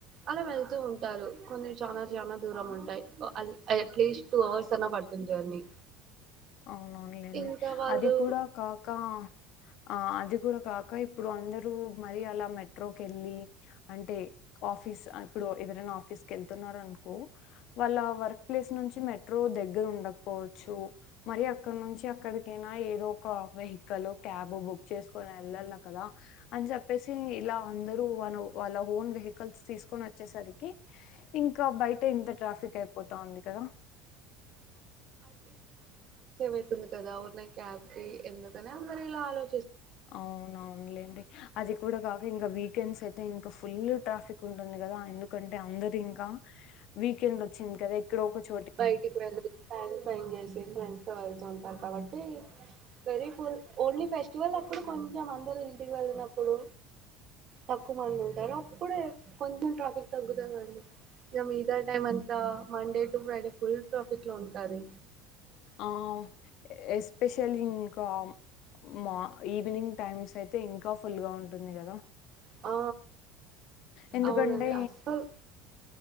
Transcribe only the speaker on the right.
అలా వెళ్తూ ఉంటారు కొన్ని చానా చానా దూరం ఉంటాయి అల్ అయు అట్లీస్ట్ టూ అవర్స్ అన్నా పడుతుంది జర్నీ
ఇంకా వాళ్ళు
వెయిట్ ఉంది కదా ఉర్కనే క్యాబ్కి ఎందుకనే అందరు ఇలా ఆలో
బయటికి వెళ్ పన్ చేసి ఫ్రెండ్స్ తో వెళ్తుంటారు. కాబట్టి వెరీ ఫుల్ ఓన్లీ ఫెస్టివల్ అప్పుడు కొంచెం అందరుూ ఇంటికి వెళ్ళినప్పుడు తక్కువ మంది ఉంటారు అప్పుడే కొంచెం ట్రాఫిక్ తగ్గుతాండి ఇగ మిగతా టైమ్ అంతా Monday to Friday full traffic లో ఉంటాది
ఆ
అవునండి అస్సలు